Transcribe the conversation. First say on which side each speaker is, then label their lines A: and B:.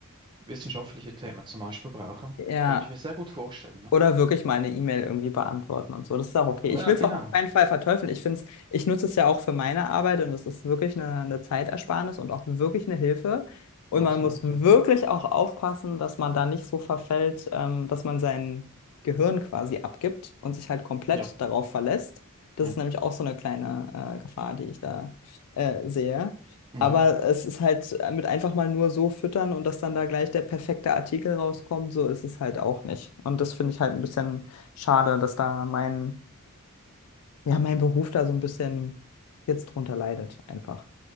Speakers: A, on the right; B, on the left.
A: wissenschaftliche Themen zum Beispiel brauchen.
B: Ja.
A: Könnte ich mir sehr gut vorstellen. Ne?
B: Oder wirklich mal eine E-Mail irgendwie beantworten und so. Das ist auch okay. Ich
A: Ja,
B: will
A: genau.
B: es auch auf keinen Fall verteufeln. Ich finde es, ich nutze es ja auch für meine Arbeit und es ist wirklich eine, eine Zeitersparnis und auch wirklich eine Hilfe. Und
A: Absolut,
B: man muss wirklich
A: ja.
B: auch aufpassen, dass man da nicht so verfällt, ähm, dass man sein Gehirn quasi abgibt und sich halt komplett
A: Ja,
B: darauf verlässt. Das
A: ja,
B: ist nämlich auch so eine kleine äh, Gefahr, die ich da äh, sehe.
A: ja.
B: Aber es ist halt äh, mit einfach mal nur so füttern und dass dann da gleich der perfekte Artikel rauskommt, so ist es halt auch nicht. Und das finde ich halt ein bisschen schade, dass da mein, ja, mein Beruf da so ein bisschen jetzt drunter leidet, einfach.